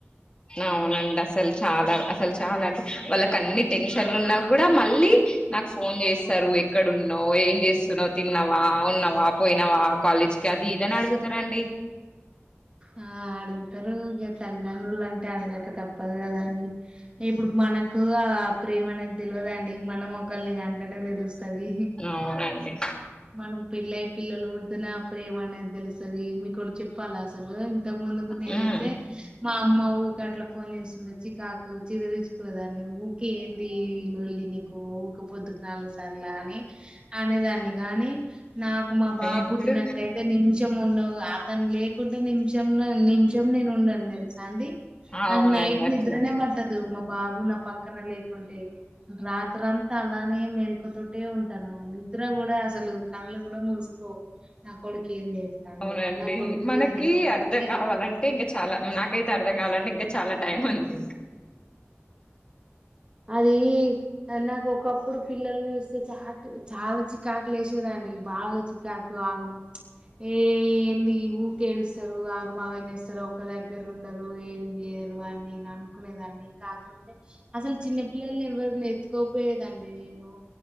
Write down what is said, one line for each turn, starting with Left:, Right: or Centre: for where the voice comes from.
Left: హ అవునండి అసలు చాలా అసలు చాలా అంటే వాళ్ళకి అన్ని టెన్షన్లు ఉన్నా కూడా మళ్ళీ నాకు ఫోన్ చేస్తారు ఎక్కడున్నావ్ ఏం చేస్తున్నావ్ తిన్నావా ఉన్నావా పోయినవ కాలేజ్కి అది ఇదని అడుగుతారండి
Right: ఆ అడుగు ఇద్దరు ఈ తల్లిదండులు అంత అంటే అడగక తప్పదు కదండి ఇప్పుడు మనకు ఆ ప్రేమనేది తెలియదండి మనం ఒకళ్ళని కంటనే తెలుస్తు స్తది
Left: అవునండి
Right: మనం పెళ్ళయి పిల్లలు పుడుదనే అప్పుడు ఏమనేది తెలుస్తుది తెలుస్తది మీకోటి చెప్పాలా తలే ఇంతకు ముందుకు నేనైతే
Left: ఉమ్
Right: మా అమ్మ ఎప్పుడట్లా ఫోన్ చేస్తుండ చికాకు చిదరిచ్చుకూనే దాన్ని ఊకే ఏంది నీ లోళ్ళి నీకు ఊక పొద్దుకు నాలుగు సర్లా అని అనే దాన్ని కాని నాకు మా బాబుట్టినాకైతే
Left: ఇప్పుడు
Right: నిమిషం ఉండవు అతను లేకు నిమిషంలో నిమిషం నేను ఉండన్ వస్తాంది
Left: అవునండి
Right: నాకు నైట్
Left: అట్లనే
Right: నిద్రనే పట్టదు మా బా బాబు నా పక్కన లేకుంటే రాత్రంతా అలానే మేల్కవతోటే ఉంటాను నిద్ర కూడా అసలు కళ్ళు కూడా మూస్కోవు నా కొడుకి ఏం చేస్తాండో
Left: అవునండి
Right: నా కొడుకు
Left: మనకి
Right: తిన్నాడు
Left: అర్ధం
Right: లేదో
Left: కావాలంటే ఇంక చాలా నాకైతే అర్థం కావాలంటే ఇంకా చాలా టైం ఉంది
Right: అది నాకు ఒకప్పుడు పిల్లల్ని చూస్తే చా చాలా చికాకు లేసేదండి బాగా చికాకు ఆగం ఏ ఏంది ఊకేడుస్తారు ఆగం ఆగం చేస్తారు ఒక దగ్గర ఉండరు ఏం చేయరు అని నేను అనుకునేదాన్ని కాకుంటే అసలు చిన్న పిల్లల్ని ఎవ్వరిని ఎత్తుకోక పోయేదాన్ని నేను